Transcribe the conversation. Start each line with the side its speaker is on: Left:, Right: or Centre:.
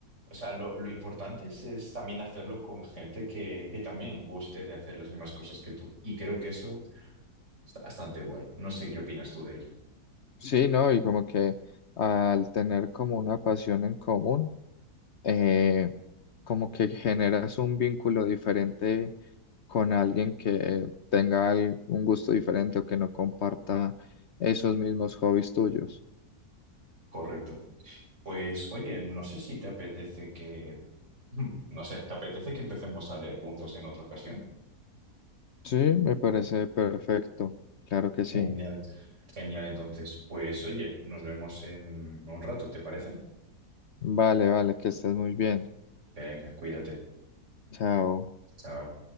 Right: O sea, lo, lo importante es, es también hacerlo con gente que, que también guste de hacer las mismas cosas que tú. Y creo que eso está bastante guay. No sé qué opinas tú de ello.
Left: Sí, no, y como que al tener como una pasión en común eh, como que generas un vínculo diferente con alguien que tenga al- un gusto diferente o que no comparta esos mismos hobbies tuyos.
Right: Correcto. Pues oye, no sé si te apetece que, <laughs> no sé, ¿te apetece que empecemos a leer juntos en otra ocasión?
Left: Sí, me parece perfecto. Claro que sí.
Right: Genial. Genial, entonces, pues oye, nos vemos en un rato, ¿te parece?
Left: Vale, vale, que estés muy bien.
Right: Venga, cuídate.
Left: Chao.
Right: Chao.